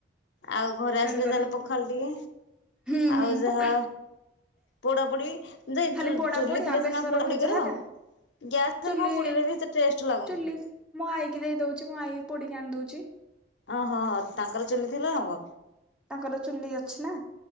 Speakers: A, on the left; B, in the centre.
A: ଆଉ ଘରେ ଆସିଲେ
B: ତେଣୁକରି
A: ଯାହେଲେ ପଖାଲ ଟିକେ
B: ହୁଁ
A: ଆଉ
B: ହୁଁ
A: ଯାହା
B: ପଖାଳ
A: ପୋଡାପୋଡି ଯେଇଟୁ
B: ଖାଲି ପୋଡା
A: ଚୁଲି
B: ପୋଡି
A: ଥିଲେ
B: ଆଉ ବେସର
A: ସିନା ପୋଡା
B: ଭଜା
A: ପୋଡି କରିବ।
B: ହେକା
A: ଗ୍ୟାସ
B: ଚୁଲି
A: ଧିଏରେ କଣ ପଡିଲେ ବି ଏତେ ଟେଷ୍ଟ ଲାଗୁନିଁ?
B: ଚୁଲି ମୋ ଆଈ କିି ଦେଇଦୋଉଚି ମୋ ଆଈ ପୋଡିକି ଆଣି ଦୋଉଚି।
A: ଓହୋ ହଁ ତାଙ୍କର ଚୁଲି ଥିଲେ ହବ।
B: ତାଙ୍କର ଚୁଲି ଅଛି ନା